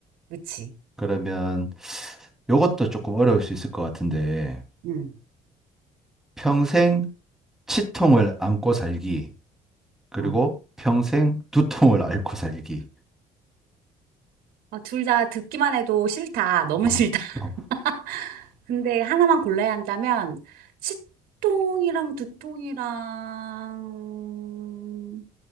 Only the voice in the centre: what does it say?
그러면 요것도 조금 어려울 수 있을 것 같은데
평생 치통을 안고 살기 그리고
평생 두통을 앓고 살기.
아
어,